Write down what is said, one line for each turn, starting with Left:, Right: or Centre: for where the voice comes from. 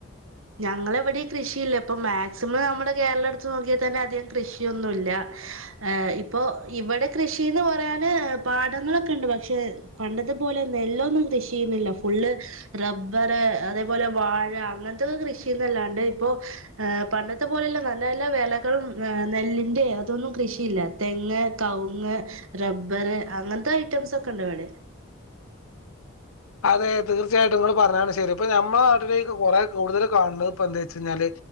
Right: ഞങ്ങളെവിടെയും കൃഷിയില്ല ഇപ്പൊ മാക്സിമം നമ്മുടെ കേരള എടുത്ത് നോക്കിട്ടെന്നെ അധികം കൃഷിയൊന്നുല്ല. ഏ ഇപ്പൊ ഇവിടെ കൃഷിന്ന് പറയാന് പാടങ്ങളൊക്കെ ഉണ്ട് പക്ഷെ പണ്ടത്തെപോലെ നെല്ലൊന്നും കൃഷി ചെയ്യുന്നില്ല ഫുള്ള് റബ്ബർ അതേപോലെ വാഴ അങ്ങൻ <unintelligible> കൃഷി ഇല്ലാണ്ട് ഇപ്പോ. പണ്ടത്തെ പോലെയല്ല നല്ല നല്ല വെലകളും നെല്ലിൻന്റെ അതൊന്നും കൃഷിയില്ല. തെങ്ങ്, കവുങ്ങ്, റബ്ബർ, അങ്ങന് ത്തെ ഐറ്റംസ് ഒക്കെണ്ട് ഇവടെ
Left: അതെ തീർച്ചയായിട്ടും ഇങ്ങൾ പറഞ്ഞാണ് ശരി ഇപ്പൊ, നമ്മളെ നാട്ടിലേക്ക്, കുറെ കൂടുതൽ കാണുന്നത് ഇപ്പ എന്താ വെച്ച കഴിഞ്ഞാല്